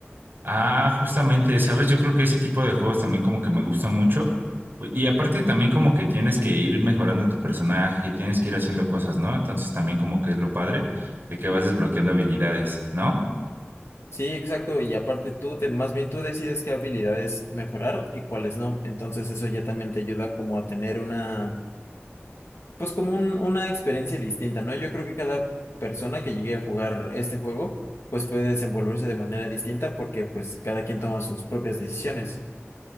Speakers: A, on the right (about 50°); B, on the left (about 75°).
A: Ah, justamente, sabes, yo creo que ese tipo de juegos también como que me gusta mucho y aparte también como que tienes que ir mejorando tu personaje, tienes que ir haciendo cosas, ¿no? Entonces también como que es lo padre de que vas desbloqueando habilidades, ¿no?
B: Sí, exacto, y aparte tú, de- más bien tú decides qué habilidades mejorar y cuáles no, entonces eso ya también te ayuda como a tener una, pues como un- una experiencia distinta, ¿no? Yo creo que cada persona que llegue a jugar este juego, pues puede desenvolverse de manera distinta porque pues cada quien toma sus propias decisiones.